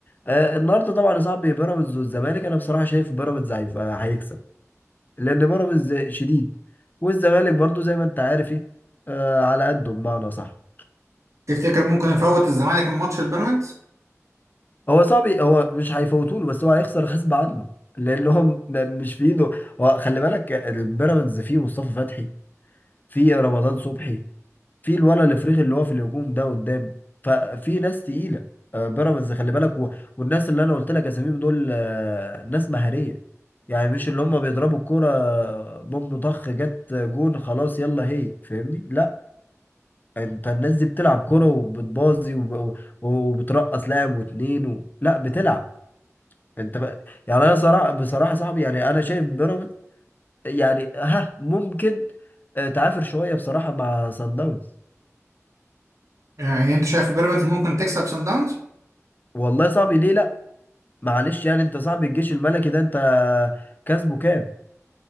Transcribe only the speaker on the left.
آه، النهاردة طبعا يا صاحبي بيراميدز والزمالك أنا بصراحة شايف بيراميدز هيبقى- هيكسب لأن بيراميدز شديد والزمالك برضو زي ما أنت عارف إيه آه، على قده بمعنى صح
هو صعب هو مش هيفوتوا له بس هو هيخسر غصب عنه لانهم م- مش في ايده هو خلي بالك البيراميدز فيه مصطفى فتحي فيه رمضان صبحي فيه الولد الافريقي اللي هو في الهجوم ده قدام ففي ناس تقيله آه، بيراميدز خلي بالك و... والناس اللي انا قلت لك اساميهم دول آه، ناس مهاريه يعني مش اللي هم بيضربوا الكوره بوم طخ جت جون خلاص يلا هي فاهمني لا انت الناس دي بتلعب كوره وبتبازي وب... وبترقص لاعب واتنين و... لا بتلعب انت بقى يعني انا صراحه بصراحه يا صاحبي يعني انا شايف بيراميدز يعني ها ممكن آه، تعافر شويه بصراحه مع سان داونز
والله صعب ليه لا معلش يعني انت صعب الجيش الملكي ده انت كسبه كام